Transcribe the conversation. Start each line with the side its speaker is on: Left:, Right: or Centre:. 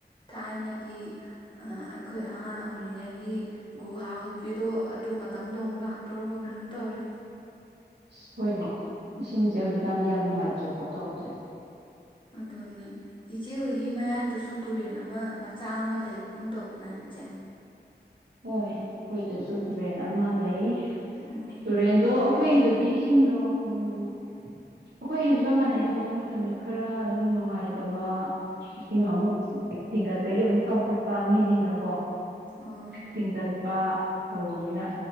Left: ꯊꯥꯏꯅꯒꯤ ꯑꯩꯈꯣꯏ ꯑꯉꯥꯡ ꯑꯣꯏꯔꯤꯉꯩꯒꯤ ꯒꯨꯍꯥ ꯍꯣꯠꯄꯤꯗꯣ ꯑꯗꯨ ꯃꯇꯝꯗꯣ ꯑꯃꯨꯛ ꯂꯥꯛꯇꯣꯔꯔꯕꯣ ꯀꯩꯅꯣꯝ ꯇꯧꯔꯦ꯫
Right: ꯑ ꯍꯣꯏꯔꯦ ꯏꯁꯤꯡꯁꯦ ꯍꯧꯖꯤꯛꯀꯥꯟꯗꯤ ꯌꯥꯝ ꯅꯨꯡꯉꯥꯏꯇ꯭ꯔꯦꯀꯣ ꯇꯧꯔꯤꯁꯦ
Left: ꯑꯗꯨꯅꯤ ꯏꯆꯦ ꯍꯣꯏꯒꯤ ꯃꯌꯥꯗꯁꯨ ꯇꯨꯔꯦꯟ ꯑꯃ ꯃꯆꯥ ꯑꯃ ꯂꯩꯕꯒꯨꯝ ꯇꯧꯕꯗꯅ ꯏꯆꯦ
Right: ꯍꯣꯏ ꯑꯩꯈꯣꯏꯗꯁꯨ ꯇꯨꯔꯦꯟ ꯑꯃ ꯂꯩ
Left: ꯎꯝ
Right: ꯇꯨꯔꯦꯟꯗꯣ ꯑꯩꯈꯣꯏꯒꯤꯗꯨꯗꯤ ꯁꯤ ꯏꯁꯤꯡꯗꯣ ꯎꯝ ꯑꯩꯈꯣꯏꯒꯤꯁꯨ ꯆꯞ ꯃꯥꯟꯅꯩꯗ ꯍꯧꯖꯤꯛ ꯃꯇꯝꯁꯦ ꯈꯔ ꯑꯗꯨꯝ ꯅꯨꯡꯉꯥꯏꯇꯕ ꯏꯁꯤꯡ ꯑꯃꯨꯛ ꯊꯤꯡꯒꯠꯄꯒꯤ ꯑꯃꯨꯛ ꯆꯥꯎꯈꯠꯄ ꯃꯤꯁꯤꯡꯅꯀꯣ
Left: ꯑꯣ
Right: ꯊꯤꯡꯒꯠꯄ ꯇꯧꯕꯅꯤꯅ